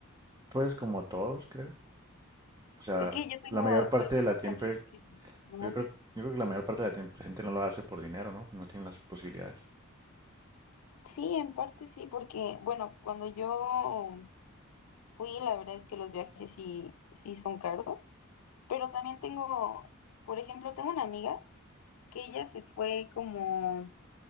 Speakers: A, on the right; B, on the left.
A: Pues como todos, creo. O sea,
B: Es que yo tengo
A: la mayor
B: algunos
A: parte de la tiempo,
B: amigos que no.
A: yo creo, yo creo que la mayor parte de la tiemp- gente no lo hace por dinero, ¿no? No tiene las posibilidades.
B: Sí, en parte sí, porque, bueno, cuando yo fui, la verdad es que los viajes sí, sí son caros, pero también tengo, por ejemplo, tengo una amiga que ella se fue como